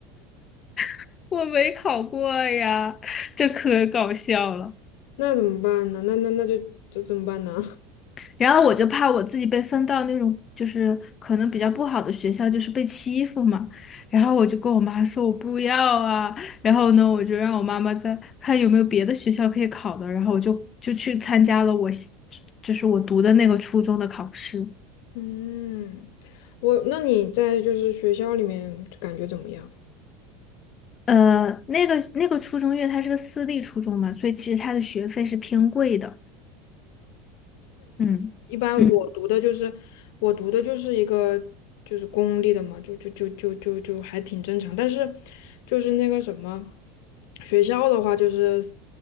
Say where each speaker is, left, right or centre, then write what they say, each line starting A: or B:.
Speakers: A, on the left; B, on the left.
A: <laughs> 我没考过呀，这可搞笑了。
B: 那怎么办呢？那那那就这怎么办呢？
A: 然后我就怕我自己被分到那种就是可能比较不好的学校，就是被欺负嘛。然后我就跟我妈说我不要啊。然后呢，我就让我妈妈再看有没有别的学校可以考的。然后我就就去参加了我就是我读的那个初中的考试。
B: <laughs> 嗯，我，那你在就是学校里面感觉怎么样？
A: 呃，那个那个初中，因为它是个私立初中嘛，所以其实它的学费是偏贵的。嗯，
B: 一般我读的就是我读的就是一个就是公立的嘛，
A: 嗯
B: 就就就就就就还挺正常。但是就是那个什么学校的话，就是